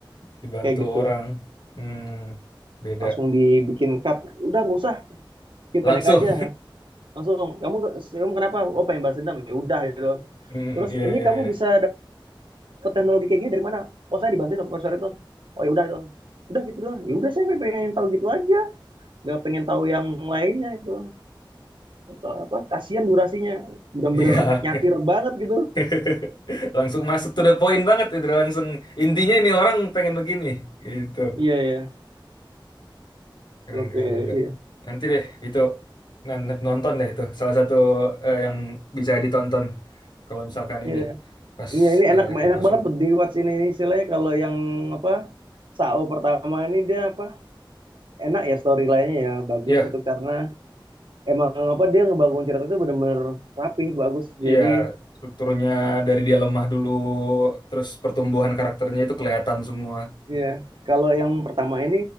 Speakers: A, on the left; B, on the right.
A: dibantu
B: kayak gitu
A: orang. Hmm, beda.
B: langsung dibikin cut udah nggak usah bikin
A: Langsung.
B: pendek aja
A: <laughs>
B: langsung kamu kamu kenapa oh pengen balas dendam ya udah gitu
A: Hmm,
B: terus
A: iya,
B: ini
A: iya,
B: kamu
A: iya.
B: bisa dapat teknologi kayak gini dari mana? Oh saya dibantu sama profesor itu. Oh ya udah itu. Udah gitu doang. Ya udah saya pengen tahu gitu aja. Nggak pengen tahu yang lainnya itu atau apa? Kasihan durasinya. Bener-bener
A: Iya.
B: nyatir banget gitu.
A: <laughs> Langsung masuk to the point banget, itu langsung intinya ini orang pengen begini, gitu.
B: Iya yeah, iya. Yeah.
A: Keren-keren
B: Oke
A: juga.
B: iya.
A: Nanti deh itu nan- nonton deh itu salah satu eh, yang bisa ditonton kalau misalkan
B: Iya,
A: ini
B: Yeah. Ya,
A: pas
B: ini ini
A: eh,
B: enak
A: lagi
B: enak
A: kosong.
B: banget buat di ini, istilahnya kalau yang apa Sao pertama ini dia apa enak ya storyline-nya ya bagus
A: Iya,
B: itu karena emang apa dia ngebangun cerita itu benar-benar rapih bagus
A: iya
B: jadi
A: strukturnya dari dia lemah dulu, terus pertumbuhan karakternya itu kelihatan semua.
B: Iya, kalau yang pertama ini,